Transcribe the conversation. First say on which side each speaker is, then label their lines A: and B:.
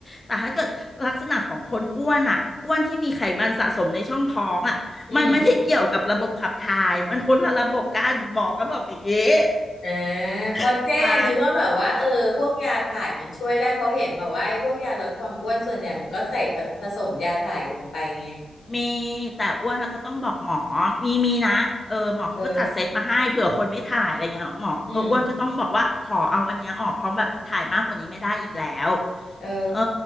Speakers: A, on the left; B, on the left.
A: แต่ถ้าเกิดลักษณะของคนอ้วนอะอ้วนที่มีไขมันสะสมในช่องท้องอะ
B: อืม
A: มันไม่ได้เกี่ยวกับระบบขับถ่าย มันคนละระบบกันหมอก็บอกอย่างนี้
B: อ่า
A: <laughs>
B: เพราะเจ้นึกว่าแบบว่าเออพวกยาถ่ายมันช่วยได้เพราะเห็นแบบว่าไอ้พวกยาลดความอ้วนส่วนใหญ่มันก็ใส่ผผสมยาถ่ายลงไปไง
A: อ่ามีแต่อ้วนอะก็ต้องบอกหมอมีมีนะเออหมอเขาก็จัดเซตมาให้เผื่อคนไม่ถ่ายอะไรเงี้ยหมอเอออ้วนก็ต้องบอกว่าขอเอาอันเนี้ยออกเพราะแบบถ่ายมากกว่านี้ไม่ได้อีกแล้ว
B: เอออืม เออ
A: เออ